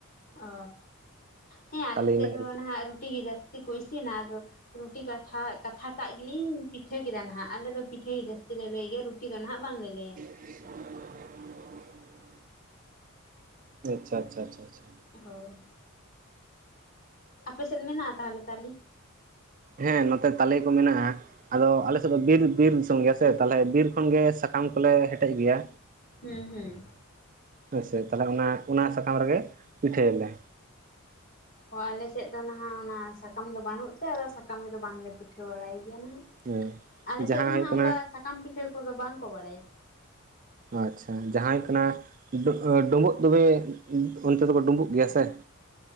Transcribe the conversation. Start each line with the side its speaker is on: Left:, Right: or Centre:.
Left: ᱚ ᱦᱮᱸ ᱟᱞᱮ
Right: ᱛᱟᱞᱮ ᱨᱮᱱᱟᱜ
Left: ᱥᱮᱫ ᱦᱚᱸ ᱱᱟᱦᱟᱸᱜ ᱨᱩ ᱨᱩᱴᱤ ᱜᱮ ᱡᱟᱹᱥᱛᱤ ᱠᱚ ᱤᱥᱤᱱᱟ ᱟᱫᱚ ᱨᱩᱴᱤ ᱠᱟᱛᱷᱟ ᱠᱟᱛᱷᱟᱴᱟᱜ ᱜᱮᱞᱤᱧ ᱯᱤᱴᱷᱟᱹ ᱠᱮᱫᱟ ᱱᱟᱦᱟᱹᱜ ᱟᱞᱮᱫᱚ ᱯᱤᱴᱷᱟᱹ ᱜᱮ ᱡᱟᱹᱥᱛᱤ ᱞᱮ ᱞᱟᱹᱭ ᱜᱮᱭᱟ ᱨᱩᱴᱤ ᱫᱚ ᱱᱟᱦᱟᱹᱜ ᱵᱟᱝᱞᱮ ᱞᱟᱹᱭᱟ᱾
Right: <inaudible> ᱟᱪᱪᱷᱟ ᱪᱷᱟ ᱪᱷᱟ ᱪᱷᱟ᱾
Left: ᱦᱳᱭ᱾ ᱟᱯᱮᱥᱮᱫ ᱢᱮᱱᱟᱜᱼᱟ ᱛᱟᱦᱚᱞᱮ ᱛᱟᱞᱤ?
Right: ᱦᱮᱸ ᱱᱚᱛᱮ ᱛᱟᱞᱮ ᱠᱚ ᱢᱮᱱᱟᱜᱼᱟ᱾ ᱟᱫᱚ ᱟᱞᱮ ᱥᱮᱫ ᱫᱚ ᱵᱤᱨ ᱵᱤᱨ ᱫᱤᱥᱚᱢ ᱜᱮᱭᱟ ᱥᱮ ᱛᱟᱦᱞᱮ ᱵᱤᱨ ᱠᱷᱚᱱᱜᱮ ᱥᱟᱠᱟᱢ ᱠᱚᱞᱮ ᱦᱮᱴᱮᱡ ᱟᱜᱩᱭᱟ᱾
Left: ᱦᱩᱸ ᱦᱩᱸ᱾
Right: ᱦᱳᱭ ᱥᱮ ᱛᱟᱦᱚᱞᱮ ᱚᱱᱟ ᱚᱱᱟ ᱥᱟᱠᱟᱢ ᱨᱮᱜᱮ ᱯᱤᱴᱷᱟᱹᱭᱟᱞᱮ᱾
Left: ᱚ ᱟᱞᱮᱥᱮᱫ ᱫᱚ ᱱᱟᱦᱟᱸᱜ ᱚᱱᱟ ᱥᱟᱠᱟᱢ ᱫᱚ ᱵᱟᱹᱱᱩᱜ ᱛᱮ ᱟᱫᱚ ᱥᱟᱠᱟᱢ ᱨᱮᱫᱚ ᱵᱟᱝᱞᱮ ᱯᱤᱴᱷᱟᱹ ᱵᱟᱲᱟᱭ ᱜᱮᱭᱟ ᱱᱟᱦᱟᱸᱜ᱾
Right: ᱦᱮᱸ᱾
Left: ᱟᱞᱮ
Right: ᱡᱟᱦᱟᱸ
Left: ᱥᱮᱫ ᱫᱚ ᱱᱟᱦᱟᱸᱜ
Right: ᱦᱩᱭᱩᱜ ᱠᱟᱱᱟ
Left: ᱚᱝᱠᱟ ᱥᱟᱠᱟᱢ ᱯᱤᱴᱷᱟᱹ ᱠᱚᱫᱚ ᱵᱟᱝᱠᱚ ᱵᱟᱲᱟᱭᱟ᱾
Right: ᱟᱪᱪᱷᱟ ᱡᱟᱦᱟᱸᱭ ᱠᱟᱱᱟ ᱰᱳ ᱰᱳᱵᱩᱜ ᱛᱚᱵᱮ ᱚᱱᱛᱮ ᱫᱚᱠᱚ ᱰᱩᱵᱩᱜ ᱜᱮᱭᱟ ᱥᱮ?